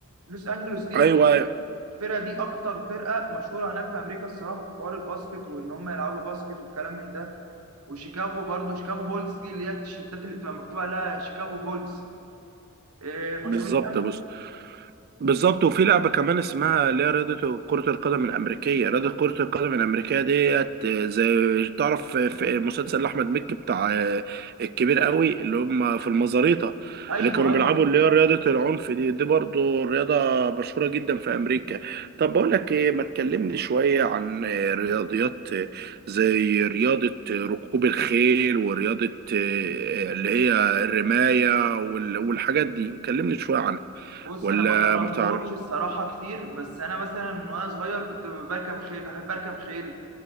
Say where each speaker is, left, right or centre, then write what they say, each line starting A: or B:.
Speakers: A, on the right (about 80°); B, on the right (about 45°).
A: لوس أنجلوس ديت
B: ايوه أيوه،
A: الفرقة دي أكتر فرقة مشهورة هناك في أمريكا الصراحة في حوار الباسكت وإن هم يلعبوا باسكت والكلام من ده وشيكاغو برضه شيكاغو بولز دي اللي هي التيشيرتات اللي بتبقى مكتوب عليها شيكاغو بولز آه، مشهورين
B: بالظبط
A: أوي
B: بص بالظبط وفي لعبة كمان اسمها اللي هي رياضة كرة القدم الأمريكية رياضة كرة القدم الأمريكية ديت زي تعرف في مسلسل أحمد مكي بتاع آه، الكبير قوي اللي هم في المزاريطة
A: أيوه
B: اللي كانوا
A: أيوه
B: بيلعبوا اللي هي رياضة العنف دي دي برضو رياضة مشهورة جدا في أمريكا طب بقول لك إيه ما تكلمني شوية عن آه، رياضيات آه، زي رياضة آه، ركوب الخيل ورياضة آه، اللي هي الرماية وال- والحاجات دي كلمني شوية عنها
A: بص
B: ولا
A: أنا ما جربتهمش
B: ما تعرف
A: الصراحة كتير بس أنا مثلا وأنا صغير كنت بركب خيل بحب أركب خيل